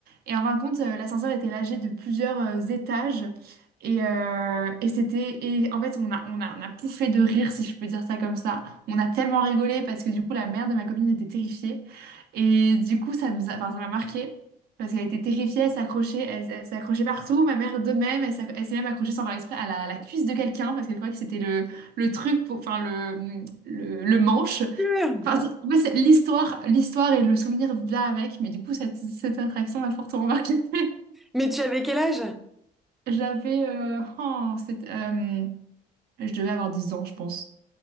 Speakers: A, on the right (about 65°); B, in the centre.
A: Et en fin de compte, euh, l'ascenseur était lâché de plusieurs euh, étages. Et, euh, et c'était et en fait on a, on a on a pouffé de rire si je peux dire ça comme ça. On a tellement rigolé parce que du coup la mère de ma copine était terrifiée. Et du coup, ça nous a, enfin, ça m'a marqué parce qu'elle était terrifiée, elle s'accrochait, elle, elle s'accrochait partout. Ma mère de même, elle, s'ac- elle s'est même accrochée sans faire exprès à la, à la cuisse de quelqu'un parce qu'elle croyait que c'était le, le truc pour, enfin, le, le, le manche.
B: Sûr.
A: Enfin, c'est- en fait, c'est l'histoire, l'histoire et le souvenir là avec, mais du coup, cette, cette attraction m'a fortement marquée. <laughs>
B: Mais tu avais quel âge?
A: J'avais, euh, oh, c'est- euh, je devais avoir 10 ans, je pense.